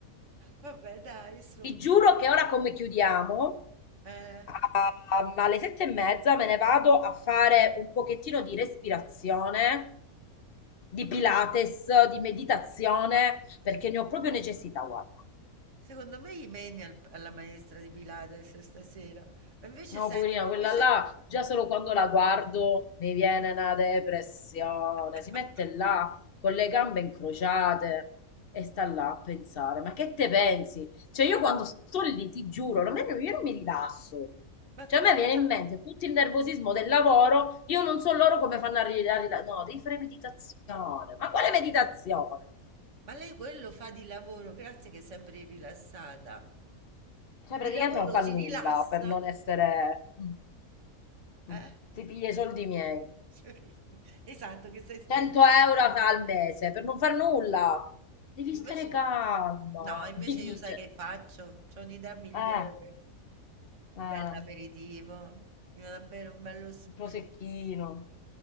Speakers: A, on the right; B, on the left.
A: Vabbè, dai, su.
B: Ti giuro che ora come chiudiamo,
A: Eh,
B: a- a- alle sette e mezza me ne vado a fare un pochettino di respirazione, di Pilates, di meditazione, perché ne ho proprio necessità, guarda.
A: secondo me gli meni al- alla maestra di Pilates stasera. Ma invece
B: No,
A: senti,
B: poverina,
A: ma invece...
B: quella là,
A: di-
B: già solo quando la guardo mi viene una depressione.
A: <laughs>
B: Si mette là con le gambe incrociate e sta là a pensare. Ma che te pensi? Cioè, io quando sto lì, ti giuro, a me non- io non mi rilasso.
A: Ma
B: Cioè,
A: tu
B: a
A: pensa...
B: me viene in mente tutto il nervosismo del lavoro, io non so loro come fanno a rilassare. No, devi fare meditazione. Ma quale meditazione?
A: Ma lei quello fa di lavoro, grazie che è sempre rilassata.
B: Cioè,
A: Di
B: praticamente
A: lavoro
B: non fa
A: si
B: nulla
A: rilassa,
B: per non essere... Mm,
A: eh?
B: mm. Ti piglia i soldi miei.
A: <laughs> Esatto, che sei stressato.
B: 100 euro al mese per non far nulla. Devi
A: Invece
B: stare calma,
A: no, invece
B: <laughs> mi dice.
A: io sai che faccio? C'ho un'idea migliore.
B: Eh, eh,
A: Bell'aperitivo, mi vado a bere un bello spritz.
B: un prosecchino.